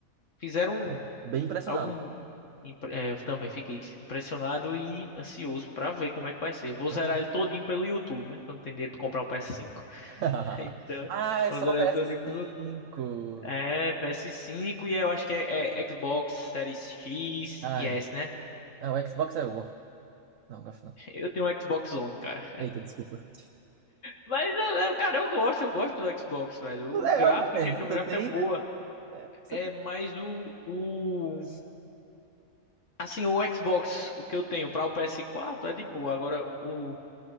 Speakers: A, on the left (about 60°); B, on the right (about 65°).
A: Fizeram
B: Fiquei Bem impressionado.
A: algo. impre- é, eu também fiquei impressionado e ansioso pra ver como é que vai ser. Vou
B: Hã?
A: zerar ele todinho pelo YouTube, né? Que eu não tenho dinheiro pra comprar um PS5.
B: <laughs>
A: <laughs> Então,
B: Ah, é
A: vou
B: só
A: zerar
B: pra ps
A: ele todinho pelo.
B: cinco
A: É, PS5 e eu acho que é, é Xbox Series X
B: Ai.
A: e S, né?
B: Ah, o Xbox é o. Não, gosto não.
A: Eu tenho um Xbox One, cara.
B: Eita, desculpa.
A: Mas, é, é, cara, eu gosto, eu gosto do Xbox, velho. O gráfico,
B: É, obviamente.
A: em questão
B: Você
A: gráfica,
B: tem,
A: é boa.
B: né? É, Você
A: É,
B: tem.
A: mas o, o... Assim, o Xbox, o que eu tenho para o PS4 é de boa. Agora, o,